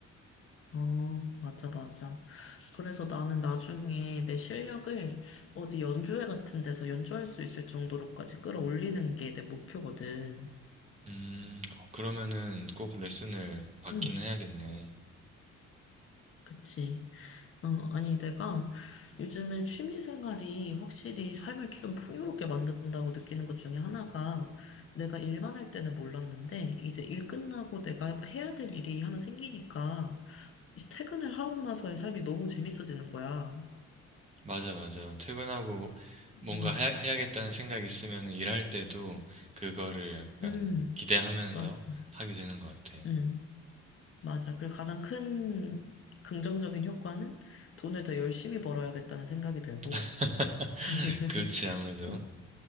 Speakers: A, on the left (about 45°); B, on the right (about 20°).
A: 어, 맞아, 맞아. 그래서 나는 나중에 내 실력을 어디 연주회 같은 데서 연주할 수 있을 정도로까지 끌어올리는 게 내 목표거든.
B: 음, 그러면은 꼭 레슨을 받기는
A: 응,
B: 해야겠네.
A: 그치. 어, 아니, 내가 요즘에 취미 생활이 확실히 삶을 좀 풍요롭게 만든다고 느끼는 것 중에 하나가 내가 일만 할 때는 몰랐는데 이제 일 끝나고 내가 해야 될 일이 하나 생기니까 이제 퇴근을 하고 나서의 삶이 너무 재밌어지는 거야.
B: 맞아, 맞아. 퇴근하고 뭔가
A: 응,
B: 해야, 해야겠다는 생각 있으면은 일할 때도 그거를 약간
A: 응,
B: 기대하면서
A: 맞아.
B: 하게 되는 것 같아.
A: 응. 맞아. 그리고 가장 큰 긍정적인 효과는 돈을 더 열심히 벌어야겠다는 생각이 들고,
B: <laughs>
A: <laughs>
B: 그렇지, 아무래도.
A: 또,